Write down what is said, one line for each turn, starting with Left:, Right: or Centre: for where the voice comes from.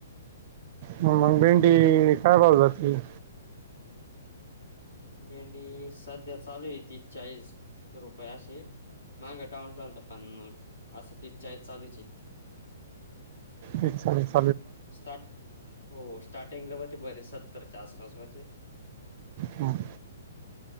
Right: ह मग भेंडी काय भाऊ जातील
Left: भेंडी सध्या चालू आहे ती चाळीस रुपये अशी माग डाऊन झालत पण असं ती ई चालूची
Right: च्छा
Left: स्टार्ट हो स्टार्टिंगला वती बरे सत्तरच्या आसपासवरती
Right: हम